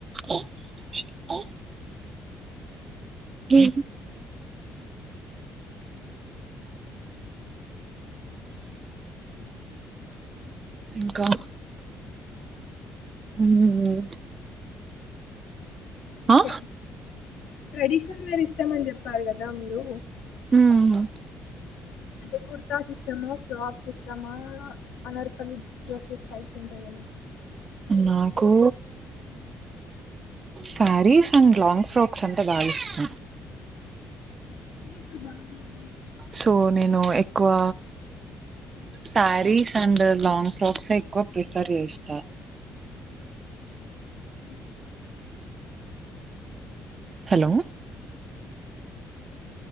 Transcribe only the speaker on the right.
ఆ హ ఇంకా మ్మ్. ఆ
మ్మ్.
నాకు శారీస్ అండ్ లాంగ్ ఫ్రాక్స్ అంటే బాగా ఇష్టం
సో నేను ఎక్కువ సారీస్ అండ్ లాంగ్ ఫ్రాక్స్ ఎక్కువ ప్రిఫర్ చేస్తా
హలో